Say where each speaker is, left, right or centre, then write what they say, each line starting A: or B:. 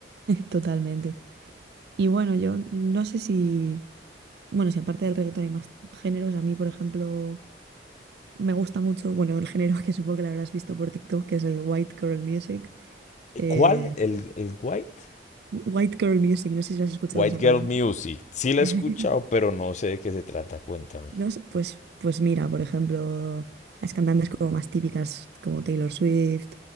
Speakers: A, on the right; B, on the left.
A: totalmente. Y bueno, yo no sé si, bueno, si aparte del reggaetón hay más géneros, a mí, por ejemplo, me gusta mucho, bueno, el género que supongo que lo habrás visto por TikTok, que es el white girl music. eh,
B: ¿Cuál? ¿El, el White?
A: white girl music, no sé si has escuchado
B: White
A: esa
B: Girl
A: palabra.
B: Music, sí la
A: <laughs>
B: he escuchado, pero no sé de qué se trata, cuéntame.
A: No sé, pues, pues mira, por ejemplo, las cantantes como más típicas, como Taylor Swift,